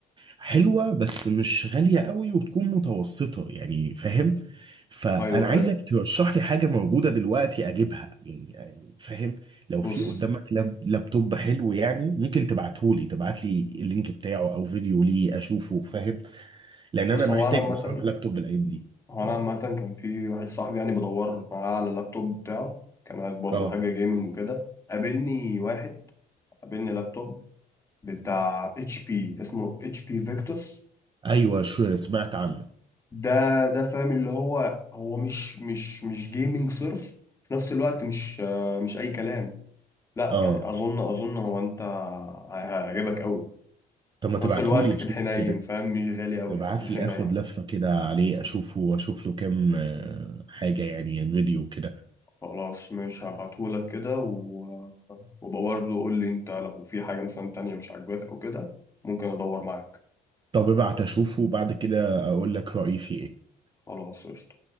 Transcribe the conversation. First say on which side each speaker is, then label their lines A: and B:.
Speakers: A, on the right (about 30°); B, on the left (about 20°).
A: حلوة بس مش غالية قوي وتكون متوسطة يعني فاهم فأنا
B: أيوه
A: عايزك
B: أيوه
A: ترشح لي حاجة موجودة دلوقتي أجيبها يعني يعني فاهم لو
B: بص
A: في قدامك لاب- لابتوب حلو يعني ممكن تبعتهولي تبعتلي اللينك بتاعه أو فيديو ليه أشوفه فاهم لأن
B: بص
A: أنا محتاج
B: هو أنا عامة
A: بصراحة لابتوب الأيام دي
B: هو أنا عامة كان في واحد صاحبي يعني بدور معاه على اللابتوب بتاعه كان عايز برضه
A: أه
B: حاجة جيمنج وكده قابلني واحد قابلني لابتوب بتاع اتش بي اسمه اتش بي فيكتوس
A: أيوة شو سمعت عنه
B: ده ده فاهم اللي هو هو مش مش مش جيمنج صرف في نفس الوقت مش آه، مش اي كلام لا
A: أه
B: يعني اظن اظن هو انت هي- هيعجبك قوي
A: طب ما
B: في
A: تبعتهولي
B: نفس الوقت في
A: أشوف
B: الحنين
A: كده
B: فاهم مش غالي قوي
A: ابعتلي
B: في الحنين
A: آخد لفة كده عليه أشوفه وأشوف له كام آه، حاجة يعني فيديو كده
B: خلاص ماشي هبعتهولك كده و... وبقى برضه قول لي انت لو في حاجة مثلا تانية مش عاجباك او كده ممكن ادور معاك
A: طب ابعت اشوفه وبعد كده اقول لك رأيي فيه ايه
B: خلاص قشطة.